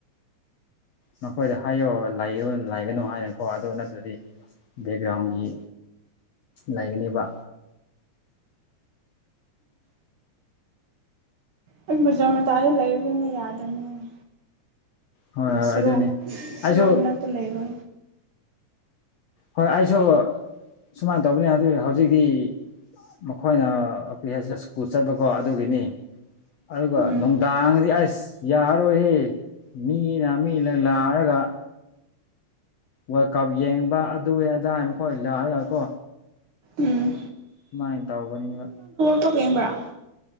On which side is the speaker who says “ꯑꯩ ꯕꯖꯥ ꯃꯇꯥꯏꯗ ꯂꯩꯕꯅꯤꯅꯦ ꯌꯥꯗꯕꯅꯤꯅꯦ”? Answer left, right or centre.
Right